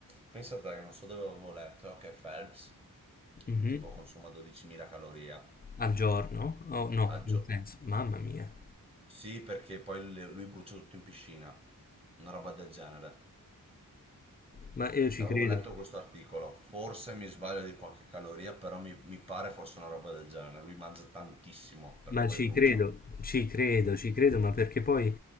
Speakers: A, on the right; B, on the left.
A: pensate che non so dove avevo letto che Phelps
B: Mhm.
A: tipo consuma 12.000 calorie
B: Al giorno? Oh, no,
A: al
B: nel
A: giorno
B: senso, mamma mia.
A: sì, perché poi le- lui brucia tutto in piscina, una roba del genere.
B: Ma io ci
A: Avevo
B: credo.
A: letto questo articolo, forse mi sbaglio di qualche caloria, però mi, mi pare fosse una roba del genere. Lui mangia tantissimo perché
B: Ma
A: poi
B: ci
A: brucia.
B: credo, ci credo, ci credo, ma perché poi